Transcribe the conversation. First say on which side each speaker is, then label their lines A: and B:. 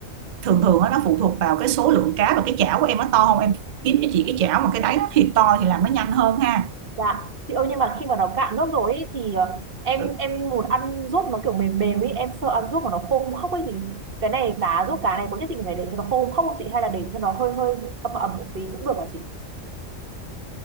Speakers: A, on the right; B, on the right.
A: thường thường á, nó phụ thuộc vào cái số lượng cá và cái chảo của em nó to không em kiếm cho chị cái chảo mà cái đáy nó thiệt to thì làm nó nhanh hơn ha
B: Dạ, chị ơi nhưng mà khi mà nó cạn nước rồi ấy thì ờ, em
A: Ừ.
B: em muốn ăn ruốc nó kiểu mềm mềm ấy, em sợ ăn ruốc mà nó khô không khóc ấy thì cái này cá ruốc cá này có nhất định phải để cho nó khô không khóc không chị hay là để cho nó hơi hơi ẩm ẩm một tí cũng được hả chị?